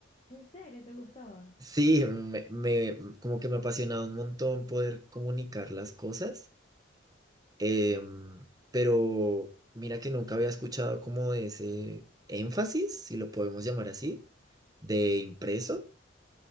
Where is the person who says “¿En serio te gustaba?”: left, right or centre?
Left